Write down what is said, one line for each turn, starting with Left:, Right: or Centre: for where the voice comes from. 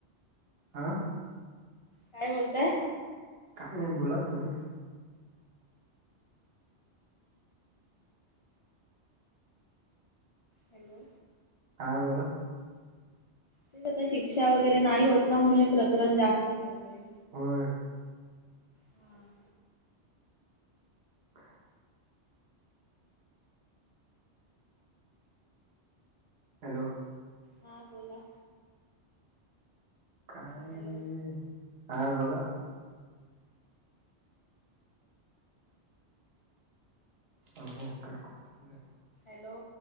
Right: हा
Left: काय बोलताय?
Right: काय नाय बोला तुम्ही
Left: हॅलो
Right: हा बोला
Left: तेच आता शिक्षा वगैरे नाही होत ना म्हणून हे प्रकरण जास्त घडतय.
Right: होय.
Left: हा
Right: काय? हॅलो
Left: हा बोला
Right: काय
Left: हॅलो
Right: हा बोला अहो हो कट करतो तिकडे
Left: हॅलो